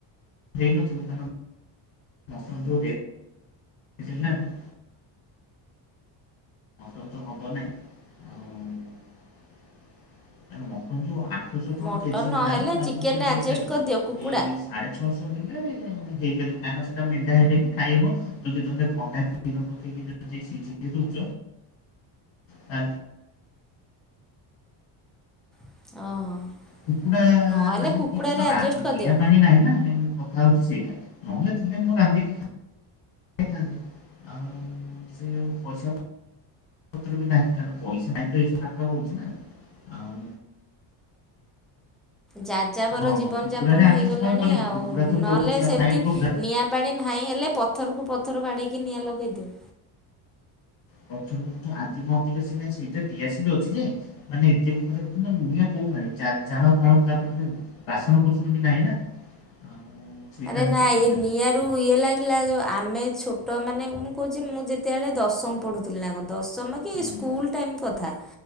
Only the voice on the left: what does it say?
ହେଇ ନଥିବ ତା ନ ମଟନ ଯାଉ ରେଟ୍ ରେଟ୍ ହେଲାଣି। ମଟନ୍ ତ ହବ ନାଇଁ ଆଉ ମଟନ୍ ଯୋଉ ଛଶହ ଟଙ୍କା
କେଜି ହେଲାନି
ନା ଆଉ
କଣ ସେ ହେଇପାରିବ?
ଏଇ ସାଢ଼େ ଛଅଶହ ହେଲେ ହେଇପାରିବ କାହିଁକିନା ସେଇଟା ମେଣ୍ଢା ହେଲେ ବି ଖାଇହେବ, ଯଦି ତୁମେ ଭଣ୍ଡା କ୍ଷୀର ପକେଇକି ଯଦି ସିଝେଇ ଦଉଛ ଆ
କୁକୁଡା
ନାହିଁ
ଏଠି ତ ରାନ୍ଧି
ନିଆଁ ପାଣି ନାହିଁ ନା ମେନ୍ କଥା ହଉଛି ସେଇଟା। ନହେଲେ ତୁମେ ମୁଁ ରାନ୍ଧିକି ଖା ଥାନ୍ତି ଆଉ ସେ ପଇସା ପ ପତର ବି ନାହିଁ କାରଣ ପଇସା ନାହିଁ ତ ଏସବୁ ନାଟ ହଉଛି ନା ଆଉ
ହଁ
କୁକୁଡ଼ାରେ
ଆଡଜଷ୍ଟ
କଣ କରିବି
କୁକୁଡ଼ା ତ
ବହୁଛି ଆମ
ସାଇଟ୍ କୁକୁଡ଼ା
ପଥରକୁ ପଥର ଆଦିମ ଅଧିବାସୀ ମାନେ ସେଇଟା ଦଆସିଲି ଅଛି ଯେ ମାନେ ଏତେ ବି ନିଆଁ କଉ ପାଣି ଚାଳ ଫାଳ ତା ପରେ ବାସନ କୁସନ ବି ନାହିଁ ନା ଆଉ ସେଇଟା
ହଉଛି
ପ୍ରୋବ୍ଲେମ
ହୁଁ